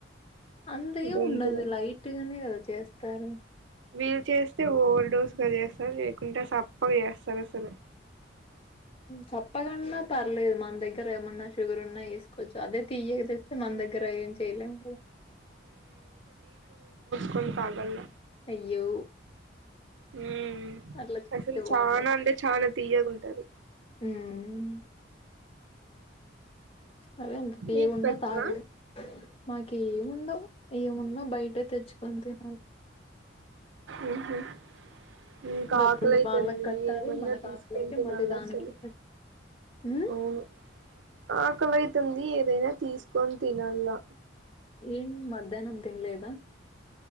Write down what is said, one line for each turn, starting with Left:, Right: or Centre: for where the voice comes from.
Left: అంతే
Right: గొంతులో
Left: ఉండదు లైట్గానే కదా చేస్తారు
Right: వీళ్లు చేస్తే ఓవర్ డోస్ గా చేస్తారు లేకుంటే సప్పగా చేస్తారు అసలు
Left: సప్పగన్న పర్లేదు మన దగ్గర ఏమన్నా షుగర్ ఉన్నా ఎసు కొంచెం అదే తీయక తెస్తే మన దగ్గర ఏం చేయలేం కద
Right: నేన్ తాగ్లన
Left: అయ్యో
Right: ఉమ్
Left: పర్లేదు
Right: అసలు
Left: బావుండళ్ళ
Right: చానా అంటే చానా తీయగుంటది
Left: హ్మ్ మరి అంత తీయ్యగ
Right: మీకు
Left: ఉన్న
Right: పెట్రా
Left: తాగలేం మాక ఏముండవు ఏమున్నా బయటే తెచ్చుకొని తినాలి
Right: మ్ హు నాకు
Left: డబ్బులు
Right: ఆకలైతుంది
Left: వాళ్ళకి కట్టాలి
Right: ఏమన్నా
Left: మనకు
Right: తీసుకొని
Left: ఆకలైతే
Right: తినాలి
Left: మళ్ళీ దానికి
Right: అసలు
Left: కట్ హ్మ్
Right: అవును ఆకలి అయితుంది ఏదైనా తీసుకొని తినాల
Left: ఏం మధ్యాహ్నం తిన్లేదా